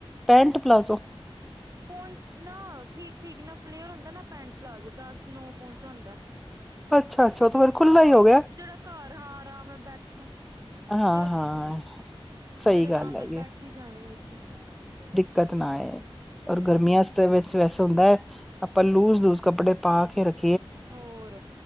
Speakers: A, in the centre; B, on the right.
A: ਪੈਂਟ ਪਲਾਜ਼ੋ
B: ਪੋ ਨਾ ਠੀਕ ਠੀਕ ਨਾ ਫਲੇਅਰ ਹੁੰਦਾ ਨਾ ਪੈਂਟ ਪਲਾਜ਼ੋ ਦਸ ਨੌ ਪਹੁੰਚਉਂਦਾ
A: ਅੱਛਾ ਅੱਛਾ ਉਹ ਤਾਂ
B: <unintelligible>
A: ਫਿਰ ਖੁੱਲਾ
B: ਹਾਂ
A: ਹੀ ਹੋ
B: ਜਿਹੜਾ
A: ਗਿਆ
B: ਘਰ ਹਾਂ ਆਰਾਮ ਨਾਲ ਬੈਠਾ
A: ਹਾਂ
B: ਜਿਹੜਾ
A: ਹਾਂ
B: ਜਿਹੜੇ
A: ਸਹੀ
B: ਆਰਾਮ
A: ਗੱਲ
B: ਨਾਲ
A: ਹੈਗੀ
B: ਬੈਠੀ ਜਾਦੇ ਸੀ
A: ਕਤ ਨਾ ਹੈ ਔਰ ਗਰਮੀਆਂਸ ਵਿੱਚ ਸਵੈਸ ਹੁੰਦਾ ਹੈ ਆਪਾਂ ਲੂਜ ਲੂਜ ਕੱਪੜੇ ਪਾ ਕੇ ਰੱਖ
B: ਹੋਰ